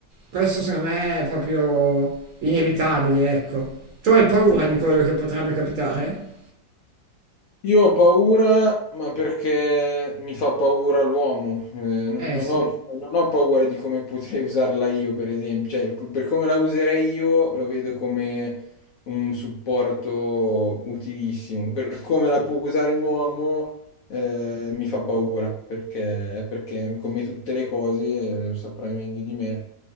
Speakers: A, on the right; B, on the left.
A: Questo secondo me è proprio inevitabile, ecco. Tu hai paura
B: Sì.
A: di quello che potrebbe capitare?
B: Io ho paura, ma perché mi fa paura l'uomo. Eh, non,
A: Eh
B: non
A: sì.
B: ho, cioè, non ho paura di come potrei usarla io, per esempio. Cioè, per come la userei io, lo vedo come un supporto utilissimo. Per come la può usare l'uomo, eh, mi fa paura, perché, perché come tutte le cose, eh, lo saprai meglio di me,